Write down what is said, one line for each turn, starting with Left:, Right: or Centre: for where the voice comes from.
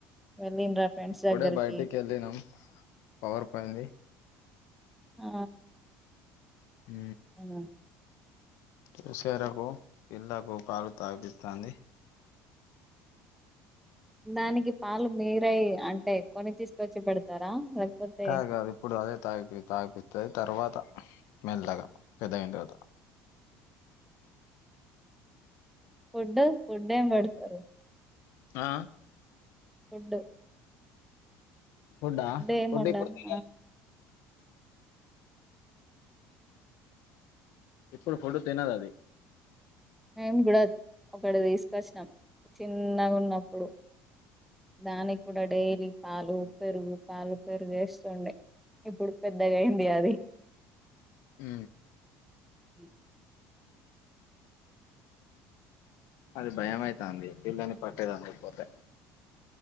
Centre: వెళ్ళిండ్రా ఫ్రెండ్స్
Left: ఇప్పుడే
Centre: దగ్గరికి
Left: బయటికి వెళ్ళినాం పవర్ పయింది
Centre: ఆ
Left: హ
Centre: అవునా
Left: చూసేరకు పిల్ళ్లకు పాలు తాపిస్తుంది
Centre: దానికి పాలు మీరై అంటే కొని తీసుకొచ్చి పెడతారా లేకపోతే
Left: కాదు కాదు ఇప్పుడు అదే తాగి తాగిపిస్తుంది తర్వాత మెల్లగా పెద్ద అయిన తర్వాత
Centre: ఫుడ్ ఫుడ్ ఏం పెడతారు
Left: ఆ
Centre: ఫుడ్
Left: ఫుడ్
Centre: ఏం
Left: ఫుడ్
Centre: ఉండదు
Left: ఇప్పుడుతు
Centre: ఆ,
Left: ఇప్పుడు ఫుడ్ తినద అది
Centre: మేం కూడా ఒకటి తీసుకొచ్చినాం చిన్నగా ఉన్నప్పుడు దానికి కూడా డైరీ పాలు పెరుగు పాలు పెరుగుేస్తుండే ఇప్పుడు పెద్దగా అయింది అది
Left: హ
Centre: ఈ
Left: అది భయం అైతుంది పిల్లని పట్టేది అందుక పోతే